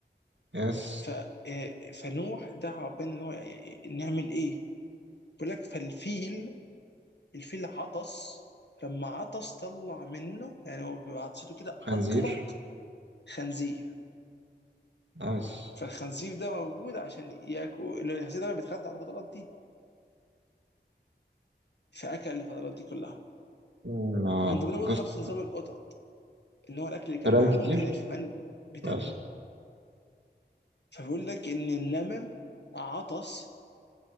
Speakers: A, on the right; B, on the left.
A: يس
B: ف آه، فنوح دعا ربنا ان هو يعني نعمل ايه؟ بيقول لك فالفيل الفيل عطس فلما عطس طلع منه يعني هو بعطسته كده
A: خنزير
B: اطلق خنزير
A: نايس
B: فالخنزير ده موجود عشان ياكل الخنزير ده بيتغذى على الفضلات دي فاكل الفضلات دي كلها
A: مم. آه،
B: من ضمنهم برضه
A: قصة
B: نفس نظام القطط ان هو الاكل اللي كان
A: كلام
B: معاهم
A: كتير
B: كان الفئران بتاكله
A: يس
B: فبيقول لك ان النمر عطس